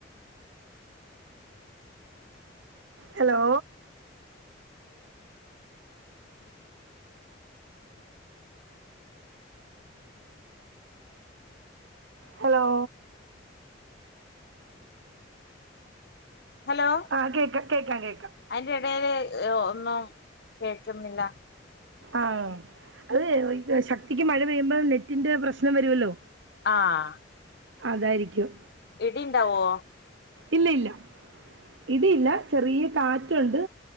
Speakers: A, on the right; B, on the left.
A: ഹലോ? ഹലോ?
B: ഹലോ?
A: ആഹ് കേക്കാ, കേക്കാം കേക്കാം.
B: അയ്ന്റെടേല് ഒന്നും കേക്കുന്നില്ല.
A: ആഹ് അത് ശക്തിക്ക് മഴ പെയ്യുമ്പം നെറ്റിന്റെ പ്രശ്നം വരുവല്ലോ.
B: ആഹ്.
A: അതായിരിക്കും.
B: ഇടിണ്ടാവോ?
A: ഇല്ല ഇല്ല. ഇടിയില്ല ചെറിയ കാറ്റുണ്ട്.